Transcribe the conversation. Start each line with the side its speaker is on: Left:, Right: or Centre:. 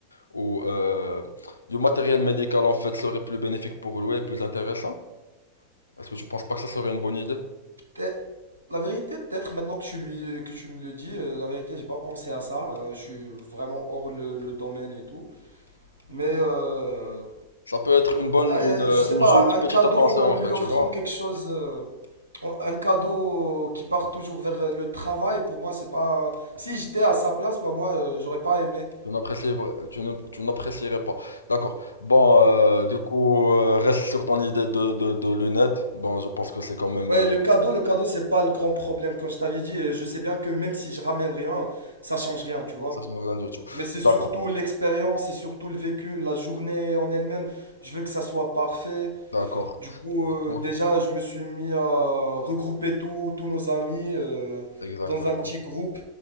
Left: ou euh, du matériel médical en fait serait plus bénéfique pour lui et plus intéressant? Est-ce que tu penses pas que ça serait une bonne idée?
Right: peut-être- la vérité, peut-être maintenant que tu lui, que tu me le dis, euh, la vérité, j'ai pas pensé à ça. euh, je suis vraiment hors le, le domaine et tout. Mais euh,
Left: Ça peut être une bonne,
Right: ouais,
Left: une, euh,
Right: je sais
Left: une
Right: pas,
Left: jolie
Right: un
Left: petite
Right: cadeau
Left: attention
Right: en
Left: en
Right: lui
Left: fait,
Right: offrant
Left: tu vois?
Right: quelque chose. euh, Un cadeau qui part toujours vers le travail, pour moi, c'est pas. Si j'étais à sa place, bah, moi, euh, j'aurais pas aimé.
Left: Tu n'apprécierais, tu ne- tu n'apprécierais pas. D'accord. Bon, euh, du coup, euh, reste sur ton idée de, de, de lunettes. Bon, je pense que c'est quand même...
Right: Ouais,
Left: euh,
Right: le cadeau, le cadeau, c'est pas le grand problème. Comme je t'avais dit, euh, je sais bien que même si je ramène rien, ça change rien, tu vois.
Left: ça change rien du tout.
Right: Mais c'est surtout
Left: D'accord,
Right: l'expérience, c'est surtout le vécu, la journée en elle-même. Je veux que ça soit parfait.
Left: d'accord.
Right: Du coup, euh,
Left: Ah,
Right: déjà, je me suis mis à regrouper tous tous nos amis euh,
Left: Exactement.
Right: dans un petit groupe.